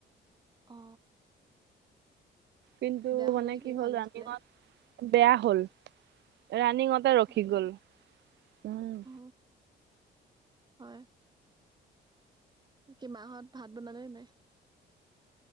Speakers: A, on the right (about 20°); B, on the right (about 60°).
A: অ।
B: কিন্তু
A: বেয়া
B: মানে
A: নেকি
B: কি হ'ল
A: ভাল হৈছিলে
B: ৰাণিঙত বেয়া হ'ল ৰাণিঙতে ৰখি
A: হয় নেকি
B: গ'ল, উম।
A: অ হয়। বাকি মাঁহত ভাত বনালে নাই?